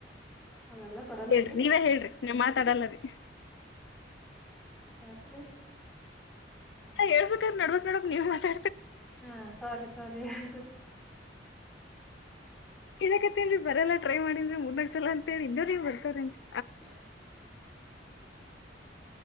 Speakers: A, in the centre; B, on the left (about 70°).
A: ಅವೆಲ್ಲಾ ಬರಲ್ರಿ
B: ಹೇಳ್ರಿ ನೀವೇ ಹೇಳ್ರಿ ನೀ ಮಾತಾಡಲ್ಲ ರೀ
A: ಚಾಕರಿ
B: ಹೇಬೇಕಾದ್ರ ನಡಬಕ್ ನಡಕ್ ನೀವು ಮಾತಾ
A: ಹಾ ಸಾರಿ ಸಾರಿ ಅು
B: ಇಕತ್ತೇನ್ೀ ಬರಲ್ಲ ಟ್ರೈ ಮಾಡಿದ್ರಿ ಮೂರ್ನಾಡ್ ಸಲ ಅಂತ ಹೇಳಿ ಇಂದವ್ರರಿಗೆ ಬರ್ತಾರಂತೆರಿ
A: <inaudible>